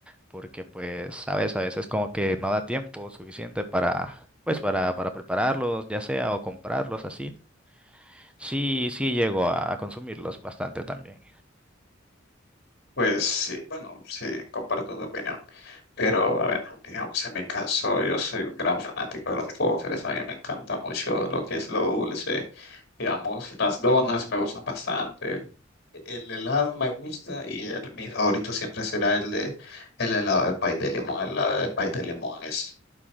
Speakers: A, in the centre; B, on the left (about 55°).
A: porque pues, sabes, a veces como que no da tiempo suficiente para, pues, para, para prepararlos, ya sea, o comprarlos así. Sí, sí llego a a consumirlos bastante también.
B: Pues sí, bueno, sí, comparto tu opinión. Pero a ver, digamos en mi caso, yo soy un gran fanático de los postres. A mí me encanta mucho lo que es lo dulce. Digamos, las donas me gustan bastante. El helado me gusta y el- mi favorito siempre será el de el helado de pay de limón. El helado de pay de limón es,